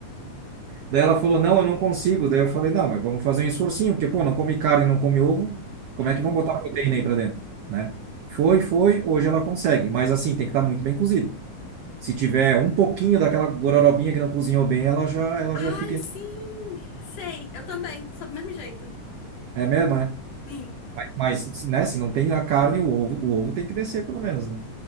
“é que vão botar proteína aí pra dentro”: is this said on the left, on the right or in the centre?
Right